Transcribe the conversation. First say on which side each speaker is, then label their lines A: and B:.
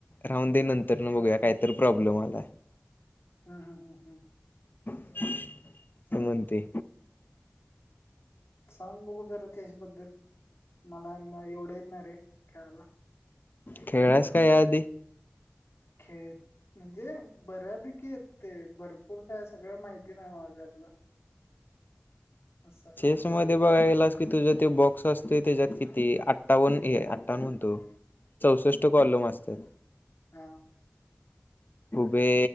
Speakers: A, on the left; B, on the left.
A: राहून दे नंतर न
B: हम्म
A: बघूया काहीत प्रॉब्लेम आला
B: हम्म हम्म हम्म
A: हा म्हणतय
B: सांग बघू जरा त्याचबद्दल मला एवढं येतणार आहे खेळाला शिकव
A: खेळलायस
B: जरा
A: का या आधी?
B: खेळ म्हणजे बऱ्यापैकी आहेत ते भरपूर काय सगळं माहिती नाही माझ्यातलं ह अस
A: चेस मध्ये बघा गलास की तुझं ते बॉक्स असतोय त्याच्यातिती अठावन अठ्ठावन म्हणतो चौसष्ट कॉलम असतात
B: हा
A: उभे